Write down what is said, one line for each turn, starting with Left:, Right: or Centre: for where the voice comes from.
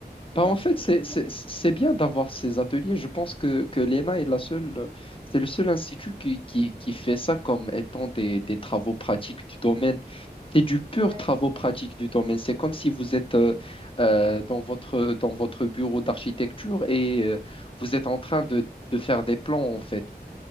Right: moi
Left: Bah, en
Right: je
Left: fait,
Right: te dis
Left: c'est c'est- c'est bien d'avoir ces ateliers. Je pense que, que l'ENA est la seule, c'est le seul institut qui, qui, qui fait ça comme étant des, des travaux pratiques du domaine. C'est du pur
Right: ouais.
Left: travaux pratiques du domaine. C'est comme si vous êtes euh, euh, dans votre, dans votre bureau d'architecture et euh, vous êtes en train de, de faire des plans, en fait.